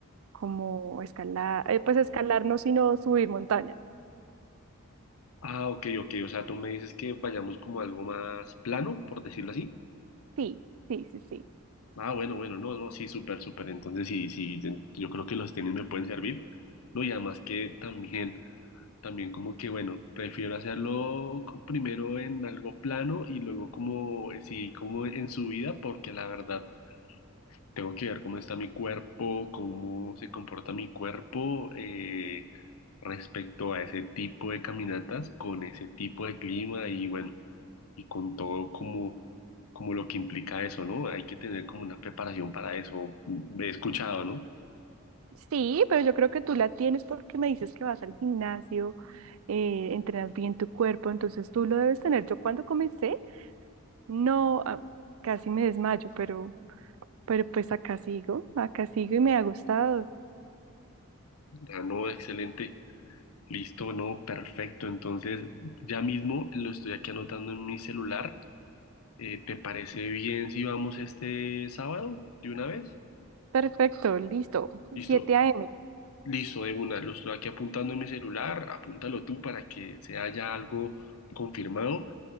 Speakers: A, on the right (about 70°); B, on the left (about 80°).
A: como escalar, eh, pues escalar no, sino subir montaña.
B: Ah, ok, ok, o sea, tú me dices que vayamos como a algo más plano, por decirlo así.
A: Sí, sí, sí, sí.
B: Ah, bueno, bueno, no, no, sí, súper, súper. Entonces, sí, sí, yo yo creo que los tenis me pueden servir. No, y además que también, también como que, bueno, prefiero hacerlo co- primero en algo plano y luego como, eh, sí, como en subida, porque la verdad. Tengo que ver cómo está mi cuerpo, cómo se comporta mi cuerpo eh, respecto a ese tipo de caminatas, con ese tipo de clima y bueno, y con todo como, como lo que implica eso, ¿no? Hay que tener como una preparación para eso. He escuchado, ¿no?
A: Sí, pero yo creo que tú la tienes porque me dices que vas al gimnasio, eh, entrenas bien tu cuerpo, entonces tú lo debes tener. Yo cuando comencé, no, ah, casi me desmayo, pero, pero pues acá sigo, acá sigo y me ha gustado.
B: Ah, no, excelente, listo, no, perfecto. Entonces, ya mismo lo estoy aquí anotando en mi celular. Eh, ¿te parece bien si vamos este sábado de una vez?
A: Perfecto, listo.
B: Listo.
A: 7 a.m.
B: Listo, de una, lo estoy aquí apuntando en mi celular, apúntalo tú para que se haya algo confirmado.